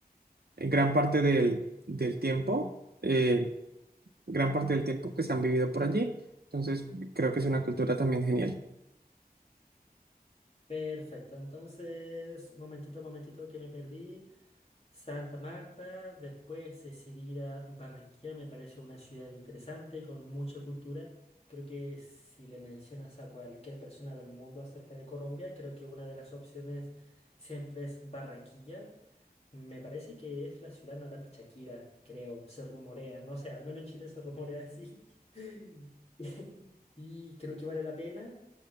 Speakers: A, on the right; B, on the left.
A: eh, gran parte del, del tiempo, eh, gran parte del tiempo pues han vivido por allí, entonces creo que es una cultura también genial.
B: Perfecto, entonces, momentito, momentito que me perdí. Santa Marta, después decidí ir a Barranquilla, me parece una ciudad interesante y con mucha cultura. Creo que si le mencionas a cualquier persona del mundo acerca de Colombia, creo que una de las opciones siempre es Barranquilla. Me parece que es la ciudad natal de Shakira, creo, se rumorea, no sé, al menos en Chile se rumorea así. <laughs> Y creo que vale la pena.